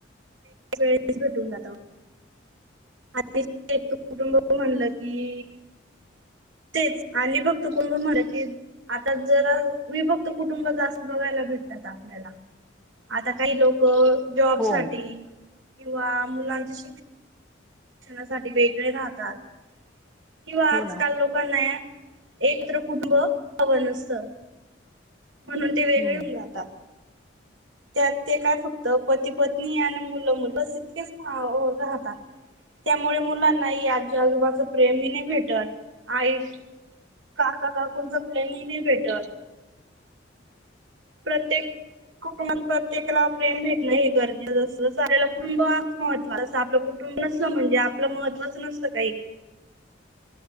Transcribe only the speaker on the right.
वेळस भेटून जात आणि एक तू कुटुंब म्हणलं की तेच आणि बघतो कुंभम मध्ये <unintelligible> आता जरा विभक्त कुटुंबाचा अस बघायला भेटतात आपल्याला, आता काही लोक जॉब
साठी किंवा मुलांच शिक्षण शिक्षणासाठी वेगळे राहतात किंवा
आजकाल
लोकांना एकत्र कुटुंब हव नसतं. म्हणून ते वेगळे
होऊन जातात, त्यात ते काय फक्त पती पत्नी आणि मुलं बस इतकेच राहतात त्यामुळे मुलांनाही आजी आजोबाच प्रेमही नाही भेटत आई काका काकूंच प्रेमही नाही भेटत, प्रत्येक कुटुंब <unintelligible> प्रत्येकाला प्रेम भेटणं हे गरजेचं असं जस आपल्या कुटुंबात महत्त् असं आपलं कुटुंब नसल म्हणजे आपलं महत्त्वाच नसत काही,